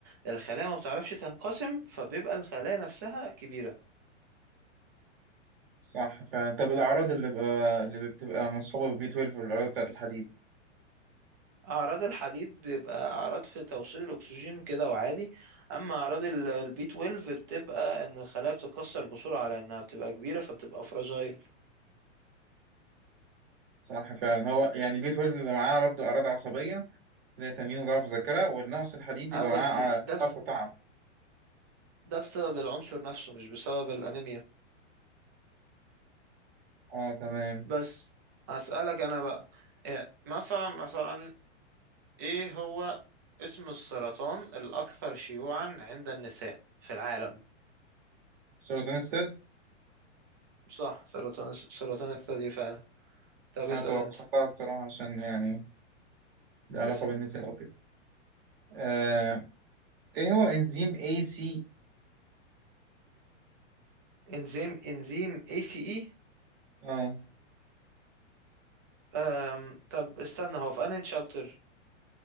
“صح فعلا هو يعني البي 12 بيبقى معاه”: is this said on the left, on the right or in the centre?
Right